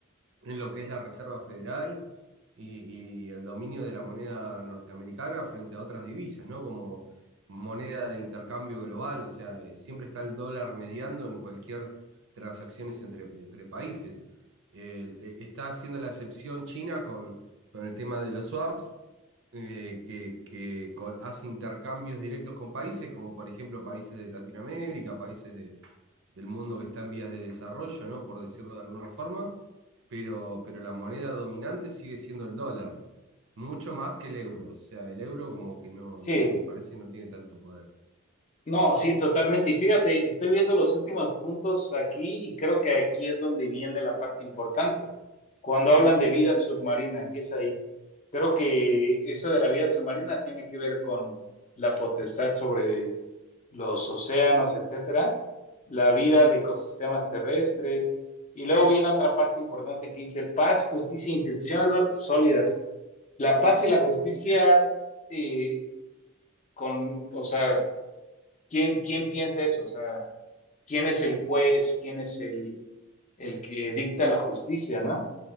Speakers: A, on the right; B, on the left.
A: en lo que es la Reserva Federal y, y el dominio de la moneda norteamericana frente a otras divisas, ¿no? Como moneda de intercambio global, o sea, eh, siempre está el dólar mediando en cualquier transacciones entre, entre países. El- eh, está haciendo la excepción China con, con el tema de los swaps, eh, que, que co- hace intercambios directos con países, como por ejemplo países de Latinoamérica, países de, del mundo que está en vías de desarrollo, ¿no? Por decirlo de alguna forma, pero, pero la moneda dominante sigue siendo el dólar, mucho más que el euro. O sea, el euro como que no, no-
B: Sí,
A: me parece no tiene tanto poder.
B: no, sí, totalmente. Y fíjate, estoy viendo los últimos puntos aquí y creo que aquí es donde viene la parte importante. Cuando hablan de vida submarina, empieza ahí. Creo que eso de la vida submarina tiene que ver con la potestad sobre los océanos, etcétera, la vida de ecosistemas terrestres. Y luego viene otra parte importante que dice paz, justicia e instituciones sólidas. La paz y la justicia, eh, con, o sea, ¿quién, quién piensa eso? O sea, ¿quién es el juez? ¿Quién es el, el que dicta la justicia, ¿no?